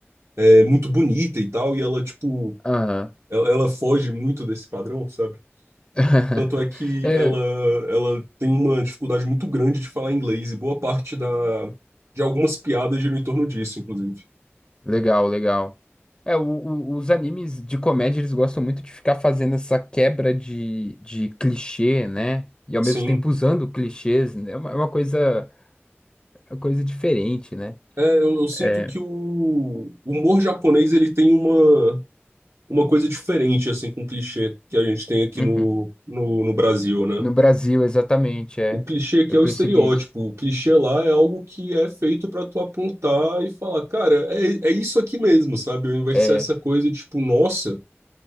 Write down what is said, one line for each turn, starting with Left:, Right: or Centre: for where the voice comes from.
Right: é, muito bonita e tal. E ela, tipo,
Left: aham.
Right: ela, ela foge muito desse padrão, sabe?
Left: <laughs>
Right: Tanto é que
Left: É,
Right: ela, ela tem uma dificuldade muito grande de falar inglês e boa parte da, de algumas piadas giram em torno disso, inclusive.
Left: Legal, legal. É, o- o- os animes de comédia, eles gostam muito de ficar fazendo essa quebra de, de clichê, né? E ao
Right: Sim.
Left: mesmo tempo usando clichês, né? É uma, é uma coisa, é uma coisa diferente, né?
Right: É, eu, eu sinto
Left: É.
Right: que o humor japonês ele tem uma, uma coisa diferente assim com o clichê que a gente tem aqui
Left: uhum.
Right: no, no, no Brasil, né?
Left: No Brasil, exatamente, é.
Right: O clichê aqui
Left: Eu
Right: é
Left: percebi
Right: o estereótipo,
Left: isso.
Right: o clichê lá é algo que é feito para tu apontar e falar, cara, é, é isso aqui mesmo, sabe? Ao invés
Left: É.
Right: de ser essa coisa tipo, nossa,